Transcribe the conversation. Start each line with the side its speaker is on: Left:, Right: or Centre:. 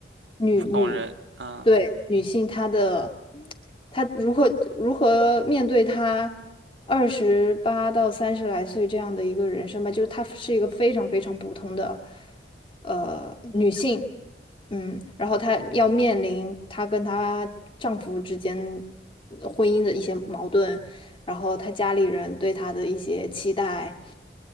Left: 女女，
Right: 普通人，嗯，
Left: 对女性，她的她如何如何面对她二十八到三十来岁这样的一个人生吧，就是她是一个非常非常普通的呃女性，嗯，然后她要面临她跟她丈夫之间婚姻的一些矛盾，然后他家里人对他的一些期待，